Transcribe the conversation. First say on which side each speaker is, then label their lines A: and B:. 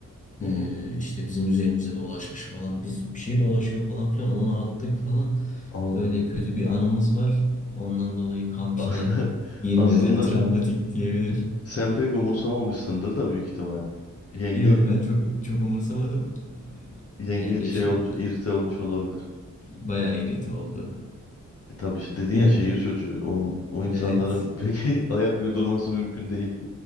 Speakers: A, on the left (about 50°); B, on the left (about 25°).
A: Hmm.
B: Ee, işte bizim üzerimize dolaşmış falan. Biz bir şey dolaşıyor falan filan. Onu attık falan.
A: Allah.
B: Öyle kötü bir anımız var. Ondan dolayı kamp
A: As-
B: işine girmiyoruz.
A: <laughs> Aslında
B: Yani travmatik diyebilirim.
A: sen pek umursamamışsındır da büyük ihtimal.
B: <laughs>
A: Yenge
B: Yok ben çok çok umursamadım.
A: yenge
B: Yengeç
A: şey
B: yok.
A: olmuş, irite olmuş olabilir.
B: Bayağı irite oldu.
A: E, tabii şi- dedin
B: Yine
A: ya şehir çocuğu. O, o insanların
B: evet.
A: <laughs> peki ayak uydurması mümkün değil.